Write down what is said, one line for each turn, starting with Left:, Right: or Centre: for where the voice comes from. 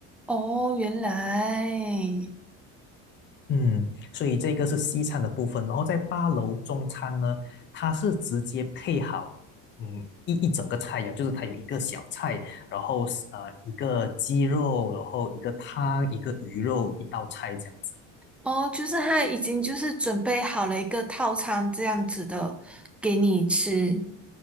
Centre: 哦，原来，
Left: 嗯，所以这个是西餐的部分，然后在八楼中餐呢，它是直接配好，嗯，一一整个菜肴，就是它有一个小菜，然后呃一个鸡肉，然后一个汤，一个鱼肉，一道菜这样子。
Centre: 哦，就是他已经就是准备好了一个套餐这样子的给你吃。